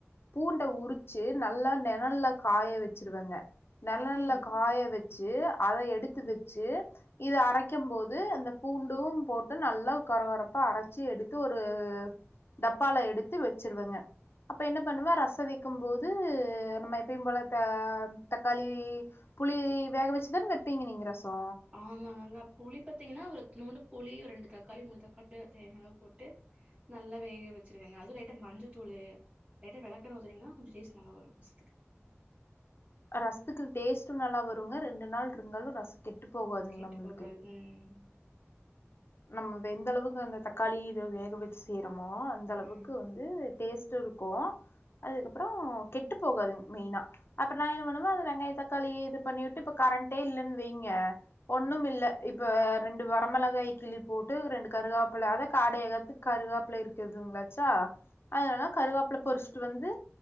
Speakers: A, on the left (about 55°); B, on the right (about 30°).
A: பூண்ட உருச்சு நல்லா நெழல்ல காய வச்சுருவங்க நெழல்ல
B: ம்
A: காய வச்சு அத எடுத்து வச்சு இது அரைக்கும் போது அந்த பூண்டும் போட்டு நல்லா கொர கொரப்பா அரச்சு எடுத்து ஒரு டப்பால எடுத்து வச்சிருவங்க அப்ப என்ன பண்ணுவ ரசம் வெக்கும் போது நம்ம எப்பயும் போல த தக்காளி புளி வேக வச்சுதானே வெப்பீங்க நீங்க ரசோ
B: ஆமாங்க புளி பாத்தீங்கன்னா இத்னூண்டு புளி ரெண்டு தக்காளி மூணு தக்காளி தேன் அளவு போட்டு நல்லா வேக வச்சிருவேங்க அதுவும் இல்லட்ட மஞ்ச தூளு லைட்டா வெளக்கெண்ண ஊத்துனிங்கன்னா கொஞ்சோ டேஸ்ட் நல்லா வரும் வாசத்துக்கு
A: அ ரசத்துக்கு டேஸ்ட்டும் நல்லா வருங்க ரெண்டு நாள்க்கு இருந்தாலும் ரசோ கெட்டு போகாதுங்க
B: கெட்டு
A: நம்ளுக்கு
B: போகாது ம்
A: நம்ம வெந்தளவுக்கு அந்த தக்காளி இத வேக வச்சு செய்றமோ அந்த அளவுக்கு
B: ம்
A: வந் து டேஸ்ட் இருக்கோ அதுக்கப்பறோ
B: ம்
A: கெட்டு போகாது மெய்னா அப்ப நா என்ன பண்ணுவேன் அந்த வெங்காய தக்காளி இது பண்ணி வுட்டு இப்ப கரண்டே இல்லன்னு வைங்க ஒண்ணும்
B: ம்
A: இல்ல இப்ப ரெண்டு வரமிளகாய் கிள்ளி போட்டு ரெண்டு கருவாப்புல அத காடயகத்துக்கு கருவாப்பில இருக்குதுங்களாச்சா அதனால கருவாப்புல பொறிச்சுட்டு வந்து